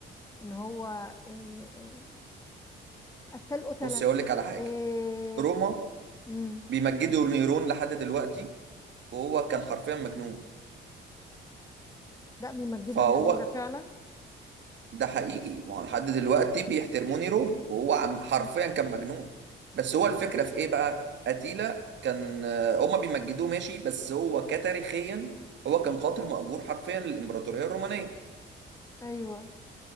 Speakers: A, on the left (about 15°); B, on the right (about 65°).
A: ان هو إيه إيه قتال قتلة
B: بص أقول لك على حاجة
A: إيه
B: روما
A: مم.
B: بيمجدوا نيرون لحد دلوقتي وهو كان حرفيا مجنون
A: لا بيمجدوا
B: فهو
A: نيرون ده فعلا
B: ده حقيقي ما هو لحد دلوقتي بيحترموني روم وهو عم حرفيا
A: مم.
B: كان مجنون بس هو الفكرة في ايه بقى أتيلا كان آه، هما بيمجدوه ماشي بس هو كتاريخيا هو كان قاتل مأجور حرفيا للإمبراطورية الرومانية
A: ايوه